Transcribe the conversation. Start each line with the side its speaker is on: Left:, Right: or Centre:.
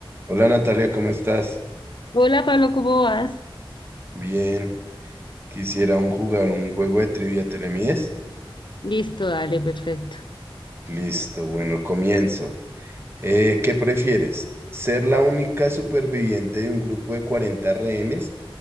Right: Hola Natalia, ¿cómo estás?
Left: Hola Pablo, ¿cómo vas?
Right: Bien, quisiera un- jugar un juego de trivia, ¿te le mides?
Left: Listo, dale, perfecto.
Right: Listo, bueno, comienzo. Eh, ¿qué prefieres? ¿Ser la única superviviente de un grupo de 40 rehenes